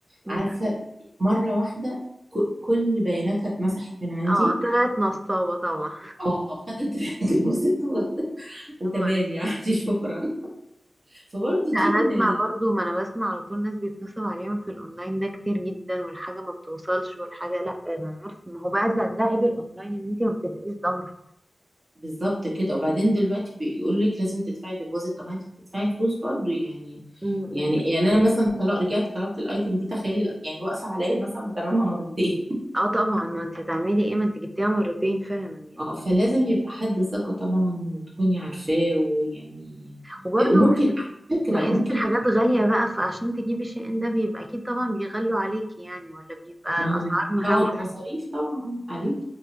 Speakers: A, on the right; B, on the right.
A: امم
B: عارفة مرة واحدة ك- كل بياناتها اتمسحت من عندي
A: اه طلعت نصابة طبعا
B: اه خدت <laughs> الديبوزيت و- وتمام
A: يا نهار اسود
B: يعني <laughs> شكرا فبرضه
A: لا،
B: دي
A: انا
B: من
A: اسمع
B: ال...
A: برضو ما انا بسمع على طول ناس بيتنصب عليهم في الاونلاين ده كتير جدا والحاجة ما بتوصلش والحاجة لا انا عارفة ما هو بعد بعد ده عيب الاونلاين ان انت ما بتبقيش ضامنة
B: بالظبط كده وبعدين دلوقتي بيقول لك لازم تدفعي ديبوزيت طب ما انت بتدفعي فلوس برضه يعني
A: أمم، أمم.
B: يعني يعني انا مثلا طلع رجعت طلبت الايتم دي تخيلي يعني واقفه عليا مثلا بثمنها مرتين
A: اه طبعا ما انت هتعملي ايه ما انت جبتيها مرتين فعلا يعني
B: اه فلازم يبقى حد ثقة طبعا وتكوني عارفاه ويعني
A: وبرضو
B: وممكن على فكرة
A: بحس
B: ممكن
A: الحاجات غالية بقى فعشان تجيبي شيء ده بيبقى اكيد طبعا بيغلوا عليكي يعني ولا بيبقى
B: ما
A: الاسعار
B: هم بيدفعوا
A: مهولة
B: المصاريف طبعا عليك